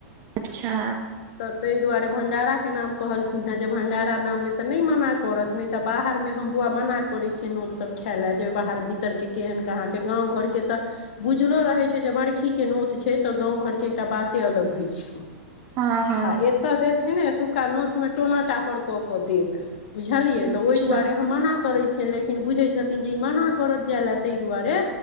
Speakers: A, on the right; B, on the left.
A: अच्छा!
B: तऽ ताहि दुआरे भंडारा के नाम कहलखिन हे, जे भंडारा नाम मे ते नहि मना करत नहि तऽ, बाहरमे हम बौआ मना करैत छी। फेन नोततसभ खाए लए, जा बाहर -भीरके केहन कहाँके, गाँव घरके तऽ। बुझलो रहैत छै जे बरखीके नोत छै, तऽ गाँव घरके एकटा बाते अलग होइत छै।
A: हँ हँ
B: आ एतय जे छै ने, एतुका नोतमे टोना टा पर कऽ कऽ देत। बुझलियै, तऽ
A: अच्छा
B: ओहि दुआरे हम मना करे छियै, लेक लेकिन बुझै छथिन जे, ई मना करत जाय लए ताहि दुआरे।